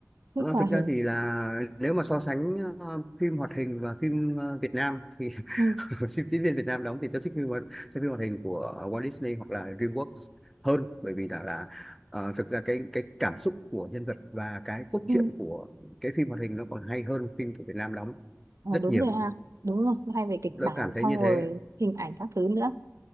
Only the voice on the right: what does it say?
thích
hoạt
hình
ừ,
ừ.
Ờ,
đúng
rồi ha đúng rồi hay về kịch
bản
xong
rồi hình ảnh các thứ nữa